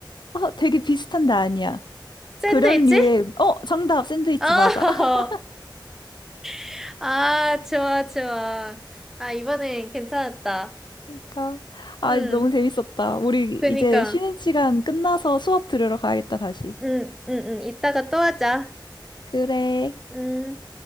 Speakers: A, on the left; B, in the centre.
A: 어, 되게 비슷한데 아니야.
B: 샌드위치?
A: 그런 류의, 음- 어, 정답, 샌드위치
B: 어,
A: 맞아. <laughs>
B: <laughs> 아 좋아 좋아. 아 이번엔 괜찮았다.
A: 그러니까, 아,
B: 음
A: 너무 재밌었다. 우리
B: 그니까
A: 이제 쉬는 시간 끝나서 수업 들으러 가야겠다, 다시.
B: 음음음 이따가 또 하자.
A: 그래.
B: 음.